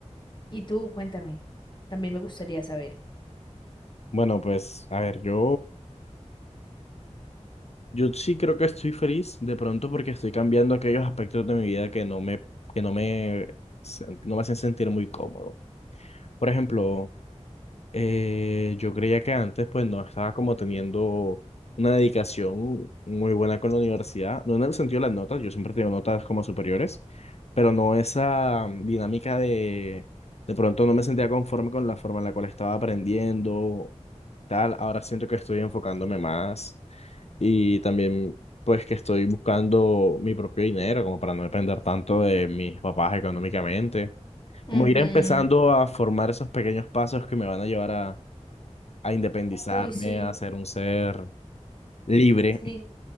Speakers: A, on the left; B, on the left.
A: Y tú, cuéntame, también me gustaría saber.
B: Bueno, pues, a ver, yo... Yo sí creo que estoy feliz de pronto porque estoy cambiando aquellos aspectos de mi vida que no me, que no me, no me hacen sentir muy cómodo. Por ejemplo, Eh, yo creía que antes pues no estaba como teniendo una dedicación muy buena con la universidad, no en el sentido de las notas, yo siempre he notas como superiores, pero no esa dinámica de de pronto no me sentía conforme con la forma en la cual estaba aprendiendo, tal, ahora siento que estoy enfocándome más y también pues que estoy buscando mi propio dinero como para no depender tanto de mis papás económicamente, como
A: Ujú.
B: ir empezando a formar esos pequeños pasos que me van a llevar a a independizarme,
A: Uy, sí,
B: a ser un ser libre.
A: sí.